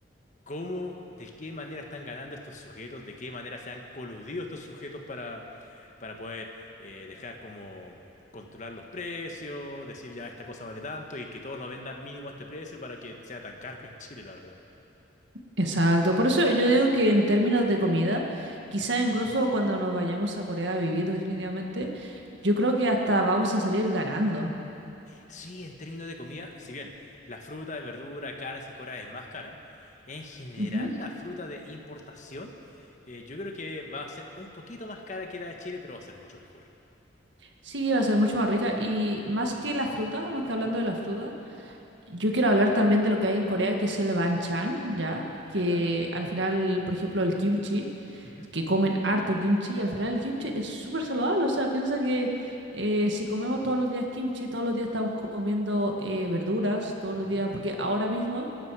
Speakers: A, on the left; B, on the right.
A: ¿cómo, de qué manera están ganando estos sujetos? ¿De qué manera se han coludido estos sujetos para, para poder eh, dejar como controlar los precios, decir ya esta cosa vale tanto y que todos lo vendan mínimo a este precio para que sea tan caro acá en Chile, la verdad.
B: Exacto, por eso yo digo que en términos de comida, quizá incluso cuando nos vayamos a Corea a vivir definitivamente, yo creo que hasta vamos a salir ganando.
A: Sí, en términos de comida, si bien la fruta de verdura, carne en Corea es más cara, en general
B: Ujú.
A: la fruta de importación eh, yo creo que va a ser un poquito más cara que la de Chile, pero va a ser mucho mejor.
B: Sí, va a ser mucho más rica y más que la fruta, más que hablando
A: Ujú.
B: de la fruta, yo quiero hablar también de lo que hay en Corea, que es el banchan, ¿ya? Que
A: Ya, ya.
B: al final, por ejemplo, el kimchi.
A: Ujú,
B: que comen harto kimchi, al final el kimchi es súper saludable, o sea, piensa que eh, si comemos todos los días kimchi, todos los días estamos comiendo eh, verduras, todos los
A: ujú.
B: días, porque ahora mismo